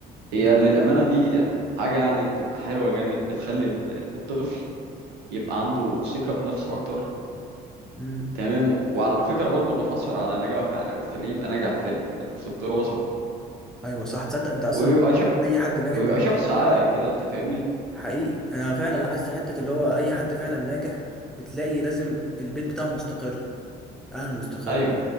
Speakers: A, on the right; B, in the centre.
A: هي
B: بت...
A: للأمانة دي حاجة يعني بتبقى حلوة جامد بتخلي ال- الطفل يبقى عنده ثقة بنفسه أكتر
B: مم.
A: تمام وعلى فكرة برضه بتأثر على نجاحه يعني بتخليه يبقى ناجح في ال- في الدراسة
B: ايوه صح تصدق انت اصلا
A: وبيبقى ش...
B: اي حد ناجح
A: وبيبقى
B: بتلاقيه
A: شخص عاقل كده انت فاهمني
B: حقيقي انا فعلا لاحظت حته اللي هو اي حد فعلا ناجح بتلاقي لازم البيت بتاعه مستقر اهله مستقرين
A: ايوه